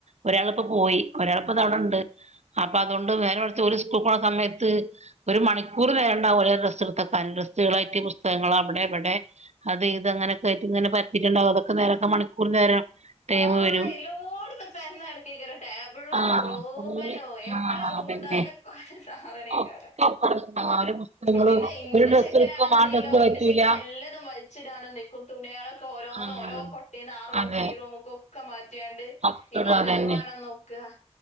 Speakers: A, on the right (about 70°); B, on the left (about 85°).
A: ഒരാളിപ്പോ പോയി ഒരാളിപ്പ താ ഇവിടെ ഉണ്ട് അപ്പൊ അതുകൊണ്ട് വേറെ വച്ച ഒരു സ്കൂൾപൊണ സമയത്ത് ഒരു മണിക്കൂർ നേരം ഉണ്ടാവൂല ഓരോ ഡ്രസ് എടുത്ത്വെക്കാൻ ഡ്രസ്സുകളായിട്ട് പുസ്തകങ്ങളൾ അവിടെ ഇവിടെ അത് ഇത് അങ്ങനൊക്കെ ആയിട്ട് ഇങ്ങനെ പരത്തിയിട്ടുണ്ടാവകും അതക്കെ നേരൊക്കെ മണിക്കൂർ നേരം ടൈം
B: ആഹ
A: വരും
B: എലോടന്ന് പെരന്നടക്കിക്കര ടേബിൾ വലോ
A: ആഹ്
B: റൂം
A: ഫുള്ള്
B: വല്ലോ എത്ര
A: ആഹ്
B: റൂമ
A: അതന്നെ
B: ഉണ്ടോ അതില കു സാധനക്കാര
A: ഒക്കെ അപ്പറണ്ടാവും ഓലെ പുസ്തകങ്ങളും
B: പിന്നെ ഇന്റെ
A: ഒരു ഡ്രസ്സ്
B: ചെക്കനാണെന്നുണ്ടെങ്ക
A: എടുക്കും ആ ഡ്രസ്സ്
B: ഇന്റെ
A: പറ്റൂല
B: ചേക്കനെ എല്ലാതും വലിച്ചിടാനും നിൽക്കും തുണികളൊക്കെ ഓരോന്ന്
A: ആഹ്
B: ഓരോ കൊട്ടയിന്ന് ആറൂമും
A: അതെ
B: റൂമും ഒക്കെ മാറ്റിയണ്ട്
A: അപ്പഴും
B: ഇവന്റതും
A: അതന്നെ
B: വേണംന്ന് നോക്കുക